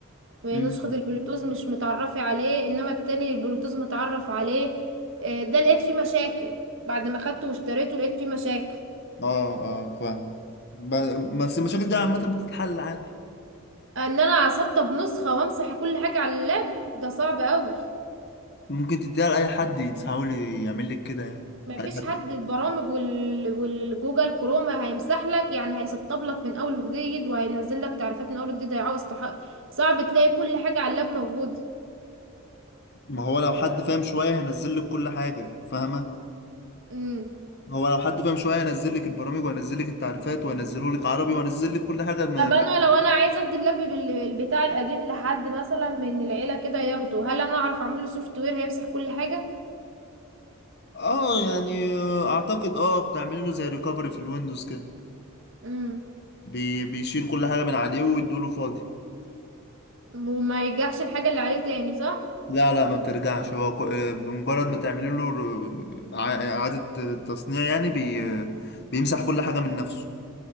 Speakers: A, on the right; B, on the left.
A: نسخة
B: مم.
A: البلوتوز مش متعرفة عليه انما التاني البلوتوز متعرف عليه آه، ده لقيت فيه مشاكل بعد ما خدته واشتريته لقيت فيه مشاكل
B: آه آه فاهم ب... بس المشاكل دي عامة بتتحل عادي
A: ان انا اسطب نسخة وامسح كل حاجة على اللاب ده صعب قوي
B: ممكن تديها لأي حد يتحاول يعمل لك كده يعني
A: مفيش
B: أي حد
A: حد البرامج وال... والجوجل كروما هيمسح لك يعني هيسطب لك من اول وجديد وهينزل لك تعريفات من اول وجديد هيعوز تح... صعب تلاقي كل حاجة على اللاب موجودة
B: ما هو لو حد فاهم شوية هينزل لك كل حاجة فاهمة
A: امم
B: هو لو حد فاهم شوية هينزل لك البرامج وهينزل لك التعريفات وهينزله لك عربي وهينزل لك كل حاجة ما...
A: طب انا لو انا عايزه ادي اللاب بال- بتاع القديم لحد مثلا من العيله كده ياخده هل انا اعرف اعمل له سوفت وير هيمسح كل حاجه
B: اه يعني آه، اعتقد اه بتعمل له زي ريكفري في الويندوز كده
A: امم
B: بي بيشيل كل حاجه من عليه ويدوله فاضي
A: وما يرجعش الحاجه اللي عليه تاني صح
B: لا لا ما بترجعش هو كو- آه، بمجرد ما تعملي له ر- ع- اعاده تصنيع يعني بي آه، بيمسح كل حاجه من نفسه